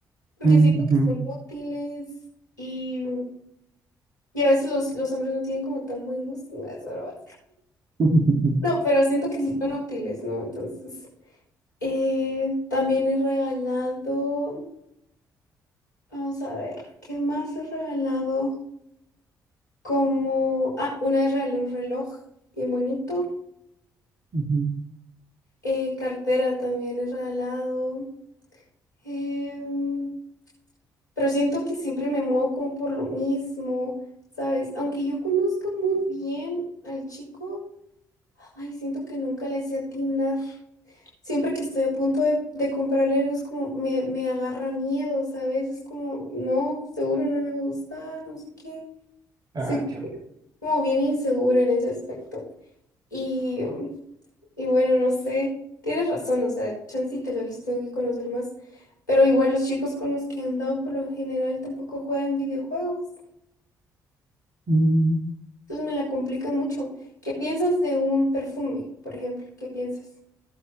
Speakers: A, on the left; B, on the right.
A: porque
B: Ujú.
A: siento que son útiles y, y a veces los, los hombres no tienen como tan buen gusto. No, es broma.
B: <laughs> ajá
A: No, pero siento que sí son útiles, ¿no? Entonces, eh, también he regalado, vamos a ver, ¿qué más he regalado? Como, ah, una vez regalé un reloj bien bonito.
B: ujú.
A: Eh, cartera también he regalado. Em, pero siento que siempre me muevo como por lo mismo, ¿sabes? Aunque yo conozca muy bien al chico, ay, siento que nunca le sé atinar. Siempre que estoy a punto de, de comprarle algo, es como me, me agarra miedo, ¿sabes? Es como, no, seguro no le va a gustar, no sé qué.
B: Ah,
A: Soy
B: chale.
A: como bien insegura en ese aspecto. Y, um, y bueno, no sé, tienes razón, o sea, chance y tal vez los tengo que conocer más. Pero igual los chicos con los que he andado por lo general tampoco juegan videojuegos.
B: Mm,
A: Entonces me la complican mucho. ¿Qué piensas de un perfume, por ejemplo? ¿Qué piensas?